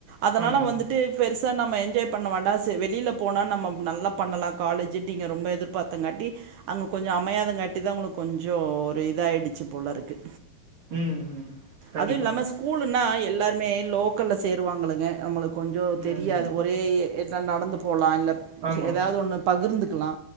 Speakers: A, on the right (about 75°); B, on the right (about 40°).
A: அதனால
B: ஆமா
A: வந்துட் விட்டு பெருசா நம்ம என்ஜாய் பண்ண வேண்டா சரி வெளில போனா நம்ம நல்லா பண்ணலா காலேஜ் ட்டிங் நீங்க ரொம்ப எதிர்பாத்தங்காட்டி அங்க கொஞ்சோ அமயாதங்காட்டி தா உங்களுக்கு கொஞ்சோ ஒரு இதாயிடுச்சு போல இருக்கு
B: ம் ம் கண்டிப்பா
A: அதூ இல்லாம ஸ்கூலுன்னா எல்லாருமே லோக்கல்ல சேருவாங்க இல்லங்க நம்மளுக்கு கொஞ்சோ
B: ம்
A: தெரியாத் ஒர் ஒரே எத்னா நடந்து போலா இல்ல
B: ஆமா
A: ஏதாவது ஒண்ணு பகிர்ந்துக்கலா